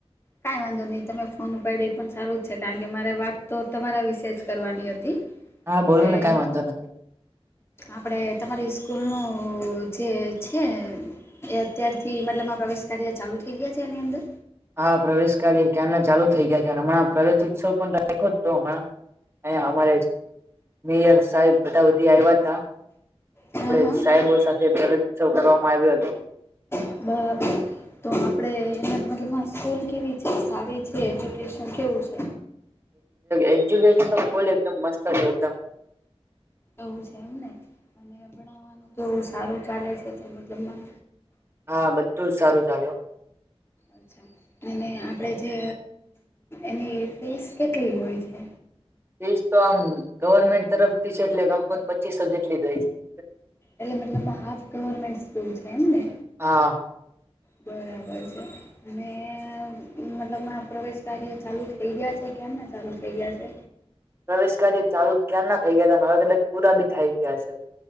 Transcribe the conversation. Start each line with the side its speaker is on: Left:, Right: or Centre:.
Left: કઈ વાંધો નહી, તમે ફોન ઉપાડ્યો એ પણ સારું જ છે, કારણ કે મારે વાત તો તમારા વિશે જ કરવાની હતી.
Right: હા
Left: એટલે.
Right: બોલો ને કઈ વાંધો નથી
Left: આપણે તમારી સ્કૂલનું જે છે. એ અત્યારથી મતલબ આ પ્રવેશ કાર્ય ચાલુ થઈ ગયા છે, એની અંદર.
Right: હા, પ્રવેશ કાર્ય ક્યાં ના ચાલુ થઇ ગયા છે, હમણાં પ્રવેશ ઉત્સવ પણ રાખો જ તો હમણાં. અ અમારે મેયર સાહેબ બધા બધી આવ્યા હતા.
Left: હા
Right: આપડે
Left: હા
Right: સાહેબો સાથે પ્રત્સવ કરવામાં આવ્યો હતો.
Left: બ. <unintelligible> તો આપણે એના મતલબમાં સ્કૂલ કેવી છે, સારી છે? એજ્યુકેશન કેવું છે?
Right: એજ્યુકેશન તો ફૂલ એકદમ મસ્ત હતુ એકદમ.
Left: એવું છે, એમને અને ભણાવવાનું કેવું સારું ચાલે છે, તે મતલબ મ
Right: હા, બધું જ સારું ચાલ્યું.
Left: અચ્છા, અને આપણે જે એની ફીસ કેટલી હોય છે?
Right: ફીસ તો આમ ગવર્મેન્ટ તરફથી છે, એટલે કમ કો પચીસો જેટલી હોય છે.
Left: એટલે મતલબ હાફ ગવર્મેન્ટ સ્કૂલ છે, એમને.
Right: હા.
Left: બરાબર છે. અને મતલબ પ્રવેશ કાર્ય ચાલુ થઈ ગયા છે, કેમને ચાલુ થઇ ગયા છે.
Right: પ્રવેશ કાર્ય ચાલુ ક્યાં ના થઈ ગયા, હવે કદાચ પૂરા બી થાય ગયા છે.